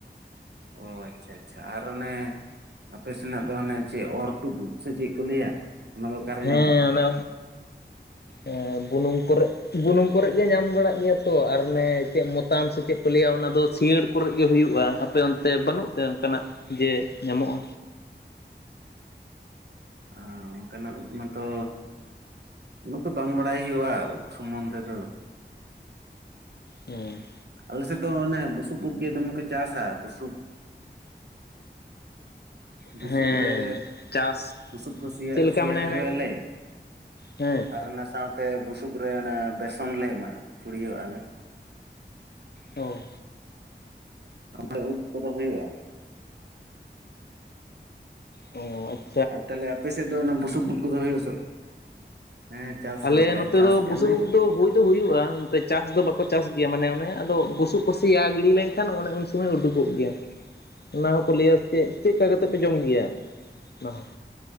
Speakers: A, on the right; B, on the left.
A: ᱚ ᱟᱪᱪᱷᱟ ᱟᱪᱪᱷᱟ ᱟᱨ ᱚᱱᱮ ᱟᱯᱮ ᱥᱮᱱᱟᱜ ᱫᱚ ᱦᱟᱱᱮ ᱪᱮᱫ ᱚᱨ ᱛᱩᱫ ᱩᱫ ᱥᱮ ᱪᱮᱫ ᱠᱚ ᱞᱟᱹᱭᱟ᱾ ᱚᱱᱟ ᱫᱚ ᱚᱠᱟᱨᱮ ᱧᱟᱢᱚᱜᱼᱟ
B: ᱦᱮᱸ ᱚᱱᱟ ᱮ ᱵᱩᱱᱩᱝ ᱠᱚᱨᱮᱫ ᱵᱩᱱᱩᱢ ᱠᱚᱨᱮᱫ ᱜᱮ ᱧᱟᱢ ᱵᱟᱲᱟᱜ ᱜᱮᱭᱟ ᱛᱚ ᱟᱨ ᱚᱱᱮ ᱪᱮᱫ ᱢᱚᱛᱟᱢ ᱥᱮ ᱪᱮᱫ ᱠᱚ ᱞᱟᱹᱭᱟ ᱚᱱᱟ ᱫᱚ ᱥᱤᱭᱟᱹᱲ ᱠᱚᱨᱮᱫ ᱜᱮ ᱦᱩᱭᱩᱜ-ᱟ ᱟᱯᱮ ᱚᱱᱛᱮ ᱵᱟᱹᱱᱩᱜ ᱛᱮ ᱚᱱᱠᱟᱱᱟᱜ ᱡᱮ ᱧᱟᱢᱚᱜ-ᱟ᱾
A: ᱚ ᱚᱱᱠᱟᱱᱟᱜ ᱳᱫ ᱢᱟᱛᱚ ᱩᱱᱟᱹᱜ ᱫᱚ ᱵᱟᱝ ᱵᱟᱲᱟᱭ ᱦᱩᱭᱩᱜ-ᱟ ᱳᱫ ᱥᱚᱢᱚᱱᱫᱷᱮ ᱫᱚ᱾
B: ᱦᱩᱸ᱾
A: ᱟᱞᱮ ᱥᱮᱫ ᱫᱚ ᱚᱱᱮ ᱵᱩᱥᱩᱯ ᱳᱫ ᱜᱮ ᱫᱚᱢᱮ ᱠᱚ ᱪᱟᱥᱟ ᱵᱩᱥᱩᱯ ᱵᱩᱥᱩᱵ
B: ᱦᱮᱸ
A: ᱨᱮ,
B: ᱪᱟᱥ
A: ᱵᱩᱥᱩᱵ ᱠᱚ ᱥᱮᱭᱟ
B: ᱪᱮᱫ ᱞᱮᱠᱟ
A: ᱥᱮᱭᱟ
B: ᱢᱟᱱᱮ
A: ᱥᱮᱭᱟ ᱦᱚᱪᱚᱭᱟᱞᱮ᱾
B: ᱦᱟᱱᱮ ᱦᱮᱸ
A: ᱟᱨ ᱚᱱᱟ ᱥᱟᱶᱛᱮ ᱵᱩᱥᱩᱵ ᱨᱮ ᱚᱱᱮ ᱵᱮᱥᱚᱱ ᱞᱮ ᱮᱢᱟᱜ-ᱟ ᱪᱷᱩᱲᱤᱣᱟᱜ-ᱟᱞᱮ᱾
B: ᱳ
A: ᱢᱟᱱᱮ ᱩᱫ ᱠᱚᱫᱚ ᱦᱳᱭᱳᱜ-ᱟ᱾
B: ᱚ ᱟᱪ
A: ᱟ ᱛᱟᱦᱚᱸᱞᱮ ᱟᱯᱮ ᱥᱮᱫ ᱫᱚ ᱚᱱᱟ ᱵᱩᱥᱩᱵ ᱩᱫ ᱠᱚᱫᱚ ᱦᱩᱭᱩᱜ ᱟᱥᱮ ᱦᱮᱸ ᱪᱟᱥ
B: ᱟᱞᱮ ᱱᱚᱛᱮ
A: ᱪᱟᱥ
B: ᱫᱚ
A: ᱠᱮᱜᱼᱟ
B: ᱵᱩᱥᱩᱵ
A: ᱞᱮ
B: ᱩᱫ ᱫᱚ ᱦᱩᱭ ᱫᱚ ᱦᱩᱭᱩᱜ-ᱟ ᱱᱚᱛᱮ ᱪᱟᱥ ᱫᱚ ᱵᱟᱠᱚ ᱪᱟᱥ ᱜᱮᱭᱟ ᱢᱟᱱᱮ ᱚᱱᱮ ᱟᱫᱚ ᱵᱩᱥᱩᱵ ᱠᱚ ᱥᱮᱭᱟ ᱜᱤᱲᱤ ᱞᱮᱱᱠᱷᱟᱱ ᱚᱱᱮ ᱩᱱ ᱥᱚᱢ ᱥᱚᱢᱚᱭ ᱩᱰᱩᱠᱚᱜ ᱜᱮᱭᱟ, ᱚᱱᱟ ᱦᱚᱸᱠᱚ ᱞᱟᱹᱭᱟ ᱪᱮᱫ ᱪᱮᱫᱠᱟ ᱠᱟᱛᱮ ᱯᱮ ᱡᱚᱢ ᱜᱮᱭᱟ ᱚᱱᱟ ᱦᱚᱸ᱾